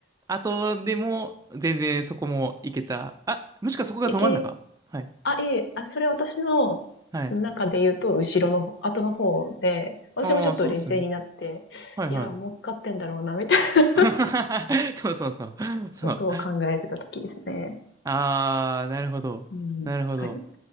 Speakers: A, on the right (about 15°); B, on the left (about 55°).
A: あとでも、全然そこもいけた。あ、もしかそこがど真ん中はい。
B: いけ、あ、いえ、あ、それ私の中で言うと、
A: はい。
B: 後ろの方、後の方で、私もちょっと冷静になって、
A: ああ、そうですよね。はいはい。
B: いや、儲かってんだろうな、みたいな
A: <laughs> そうそうそう。そう。
B: ことを考えてた時ですね。
A: ああ、なるほど。
B: うん。
A: なるほど。
B: はい。